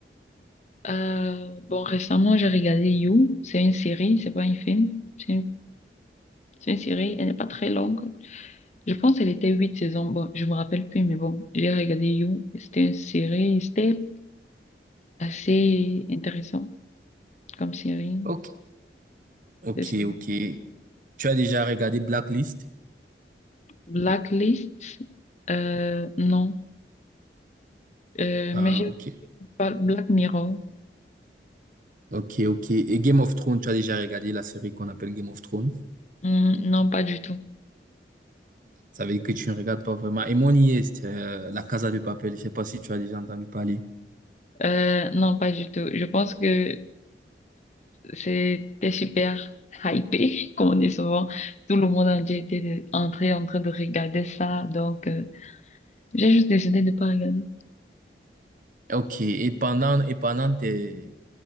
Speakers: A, on the left (about 40°); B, on the right (about 45°).
A: Euh, bon, récemment, j'ai regardé You. C'est une série, c'est pas un film. C'est une, c'est une série, elle n'est pas très longue. Je pense qu'elle était huit saisons. Bon, je me rappelle plus, mais bon, j'ai regardé You. C'était une série, c'était assez intéressant comme série.
B: Ok, ok,
A: C'est-
B: ok. Tu as déjà regardé Blacklist?
A: Blacklist, euh, non. Euh,
B: Ah,
A: mais je
B: ok.
A: parle Black Mirror.
B: Ok, ok. Et Game of Thrones, tu as déjà regardé la série qu'on appelle Game of Thrones?
A: Hmm, non, pas du tout.
B: Ça veut dire que tu ne regardes pas vraiment. Et mon IA, c'est euh, La Casa de Papel. Je sais pas si tu as déjà entendu parler.
A: Euh, non, pas du tout. Je pense que C'était super hypé, <laughs> comme on dit souvent. Tout le monde entier était de- entré en train de regarder ça. Donc, euh, j'ai juste décidé de ne pas regarder.
B: Ok. Et pendant, et pendant tes,